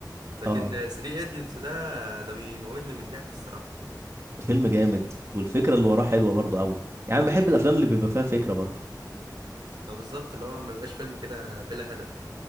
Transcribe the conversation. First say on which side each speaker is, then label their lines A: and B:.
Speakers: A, on the right (about 85°); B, on the right (about 40°).
A: لكن
B: اه
A: 3 ايديوتس ده ده بيموتني من الضحك الصراحه
B: فيلم جامد والفكره اللي وراه حلوه برضه قوي يعني أنا بحب الافلام اللي بيبقى فيها فكره برضه
A: ده بالظبط اللي هو ما بيبقاش فيلم كده بلا هدف